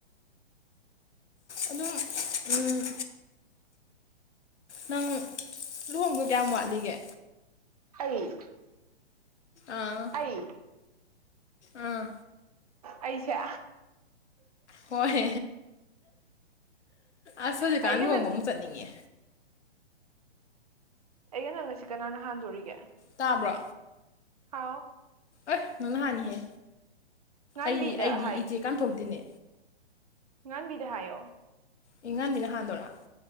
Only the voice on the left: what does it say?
ꯑꯗꯨꯝ ꯎꯝ ꯅꯪ ꯂꯨꯍꯣꯡꯗꯧ ꯀꯌꯥꯝ ꯋꯥꯠꯂꯤꯒꯦ
ꯑꯥ
ꯑꯥ
ꯍꯣꯏ ꯑꯁ ꯍꯧꯖꯤꯀꯥꯟ
ꯂꯨꯍꯣꯡꯕ
ꯑꯃꯨꯛ ꯆꯠꯅꯤꯡꯉꯦ
ꯇꯥꯕ꯭ꯔꯣ
ꯑꯦ ꯅꯪꯅ ꯍꯥꯟꯅꯤꯍꯦ
ꯑꯩ ꯑꯩꯗꯤ ꯏꯆꯦ ꯀꯥꯟꯊꯣꯛꯇꯨꯢꯅꯦ
ꯑꯦ ꯉꯥꯟꯕꯤꯅ ꯍꯥꯟꯗꯣꯔꯥ